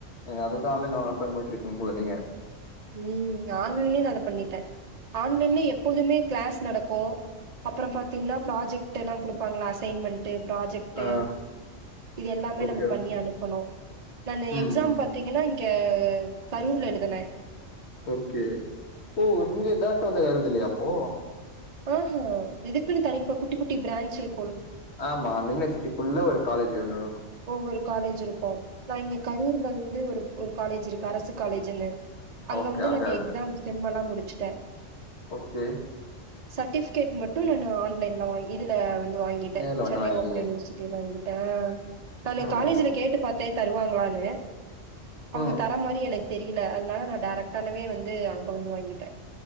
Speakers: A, on the left (about 60°); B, on the right (about 35°).
A: நீங்க அத விட ஆன்லைன நோட் பண்ணி போட்ருப்பீங்க போல நீங்க
B: ம் ஆன்லைன்லயே நா அத பண்ணிட்ட ஆன்லைன்ல எப்பொழுதுமே கிளாஸ் நடக்கும் அப்ரோ பாத்தீங்கன்னா ப்ராஜெக்ட் எல்லாம் குடுப்பாங்களா அசைன்மென்ட் ப்ராஜெக்ட்
A: ஆ
B: இது எல்லாமே
A: ஓகே
B: நம்ம பண்ணி
A: ஓகே
B: அனுப்பணும் நானு
A: ம்
B: எக்ஸாம்
A: ம்
B: பாத்தீங்கன்னா கா கரூர்ல எழுதனே
A: ஓகே ஓ நீங்க ட்ராக்டர் வந்து எழுதல அப்போ
B: ஆ ஹே இதுக்குன்னு தனிப்பா குட்டி குட்டி பிரான்ஷ் இருக்கு
A: ஆமா அந்த யூனிவர்சிட்டிக்குள்ள ஒரு காலேஜ் ஒன்னு
B: ஒவ்வொரு காலேஜ் இருப்போம் நான் இங்க கரூர்ல வந்து ஒரு ஒரு காலேஜ் இருக்கு அரசு காலேஜ்ன்னு அங்க
A: ஓகே
B: வந்து நான்
A: எழுதுன
B: எக்ஸாம் செம் எல்லாம் முடிச்சுட்ட
A: ஓகே
B: சர்ட்டிபிஃகேட் மட்டு நானு ஆன்லைன்ல வாங்கி இதுல வந் து வாங்கிட்டே
A: நேர்ல வந்து
B: சென்னை
A: வாங்கிட்டீங்க
B: ஓபன் யூனிவர்சிட்டில வாங்கிட்டே ஆ நா
A: ம்
B: காலேஜ்ல
A: ஓகே
B: கேட்டு பாத்தே தருவாங்ளான்னு அவுங்க
A: ம்
B: தர மாரி எனக் தெரியில அதனால நா டைரக்டானவே வந்து அங்க வந்து வாங்கிட்டே